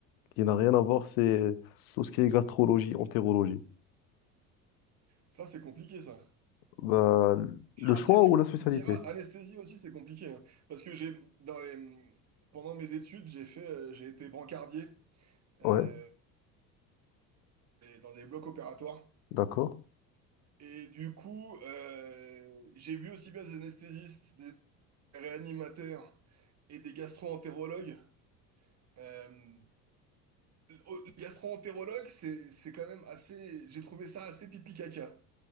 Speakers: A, on the left; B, on the right.
A: qui n'a rien à voir, c'est tout ce qui est gastrologie, entérologie.
B: ça, c'est compliqué, ça.
A: Bah, le
B: Après,
A: choix
B: tu
A: ou la spécialité?
B: tu me diras, anesthésie aussi, c'est compliqué, hein. Parce que j'ai, dans les, pendant mes études, j'ai fait, euh, j'ai été brancardier, euh,
A: Ouais,
B: et dans des blocs opératoires.
A: d'accord.
B: Et du coup, euh, j'ai vu aussi bien des anesthésistes, des réanimateurs et des gastro-entérologues. Euh, oh, les gastro-entérologues, c'est, c'est quand même assez... J'ai trouvé ça assez pipi-caca,